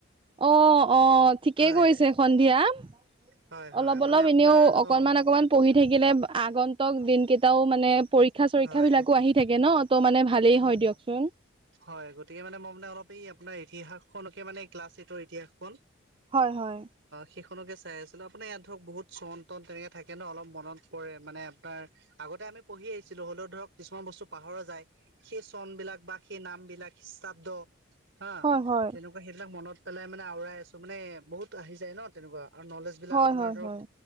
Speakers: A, on the right; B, on the right.
A: অঁ'অঁ' ঠিকেই
B: হয়
A: কৰিছে সন্ধিয়াত।
B: হয় হয়
A: অলপ অলপ
B: মানে আপোনাৰ
A: এনেও অকণমান
B: অ
A: অকণমান। পঢ়ি থাকিলে আগন্তক দিনকেইটাও মানে পৰী পৰীক্ষা চৰীক্ষাবিলাকো
B: হয়
A: আহি থাকে ন তো মানে ভালেই হয় দিয়কচোন।
B: হয় গতিকে মানে মই মানে অলপ এই আপোনাৰ ইতিহাসখনকে মানে ক্লাছ এইটৰ ইতিহাসখন।
A: হয় হয়।
B: সেইখনকে চাই আছিলোঁ আপোনাৰ ইয়াত ধৰক বহুত চন তন তেনেকৈ থাকে ন অলপ মনত পৰে মানে আপোনাৰ আগতে আমি পঢ়ি আহি ছিলো হ'লেও ধৰক কিছুমান বস্তু পাহৰা যায় সেই চন বিলাক বা সেই নাম বিলাক খিষ্টাব্দ। হা
A: হয় হয়
B: কেনে সেইবিলাক মনত পেলাই মানে আওৰাই আছো মানে বহুত আহি যায় ন তেনেকুৱা আৰু নলেজ বিলাক
A: হয়
B: আপোনাৰ
A: হয়
B: ধৰক
A: হয়।